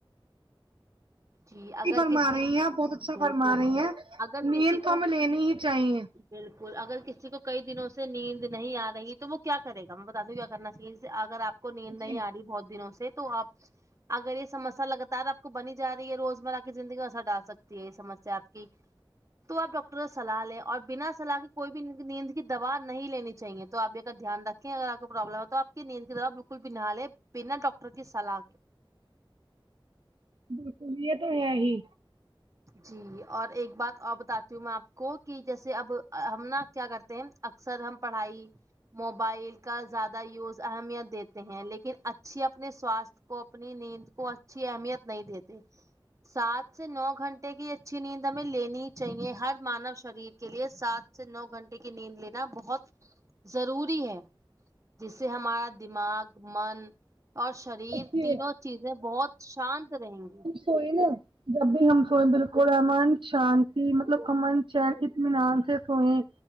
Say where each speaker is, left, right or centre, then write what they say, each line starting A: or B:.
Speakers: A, on the right; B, on the right.
A: جی
B: صحیح
A: اگر
B: فرما
A: کسی
B: رہی ہیں بہت اچھا
A: بالکل
B: فرما رہی ہیں
A: اگر
B: نیند
A: کسی کو
B: تو ہمیں لینی ہی چاہیے
A: بالکل اگر کسی کو کئی دنوں سے نیند نہیں آ رہی ہے تو وہ کیا کرے گا ہم بتا دوں کیا کرنا چاہیے جس اگر آپ کو نیند نہیں
B: جی
A: آ رہی بہت دنوں سے تو آپ اگر یہ سمسیا لگاتار آپ کو بنی جا رہی ہے روزمرہ کی زندگی اثر ڈال سکتی ہے یہ سمجھ سے آپ کی تو اپ ڈاکٹر سے صلاح لیں اور بنا صلاح کے کوئی بھی نیند کی دوا نہیں لینی چاہیے تو آپ یہ کا دھیان رکھیں اگر آپ کو پرابلم ہے تو آپ کی نیند کی دوا بالکل بھی نہ لیں بیننا ڈاکٹر کی سلاح کے
B: بالکل یہ تو ہے ہی
A: جی اور ایک بات اور بتاتی ہوں میں آپ کو کہ جیسے اب ہم نا کیا کرتے ہیں اکثر ہم پڑھائی موبائل کا زیادہ یوز اہمیت دیتے ہیں لیکن اچھی اپنے سواستھ کو اپنی نیند کو اچھی اہمیت نہیں دیتے سات سے نو گھنٹے کی اچھی نیند ہمیں لینی چاہیے ہر مانو شریر کے لیے سات سے نو گھنٹے کی نیند لینا بہت ضروری ہے جس سے ہمارا دماغ من اور شریر
B: دیکھیے
A: تینوں چیزیں بہت شانت رہیں گی
B: کوئی نا جب بھی ہم سوئیں بالکل ہے من شانتی مطلب کا من چینچن اطمینان سے سوئے